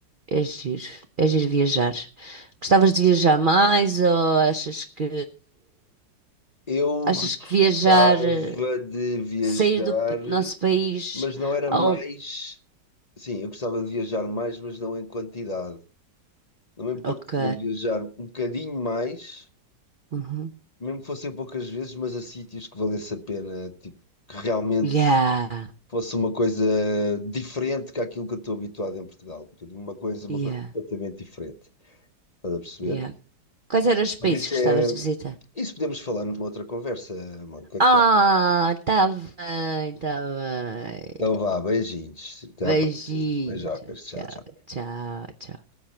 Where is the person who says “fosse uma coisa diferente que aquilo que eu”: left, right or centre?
Left